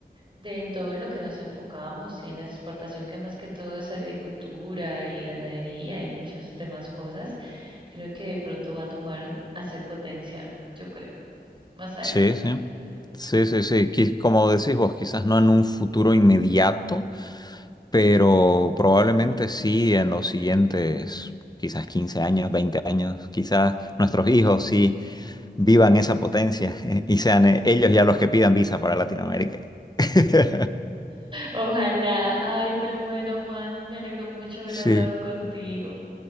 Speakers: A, on the right; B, on the left.
A: de en todo en lo que nos enfocamos y en la exportación que más que todo es agricultura y ganadería y muchas demás cosas, creo que de pronto va a tomar a ser potencia, yo creo, más adelante.
B: Sí, sí.
A: <laughs>
B: Sí, sí, sí. Qui- Como decís vos, quizás no en un futuro inmediato pero probablemente sí en los siguientes quizás 15 años, 20 años, quizás nuestros hijos sí vivan esa potencia <laughs> y sean eh, ellos ya los que pidan visa para Latinoamérica. <laughs>
A: Ojalá, ay, pero bueno, Juan, me alegró mucho haber
B: Sí.
A: hablado contigo.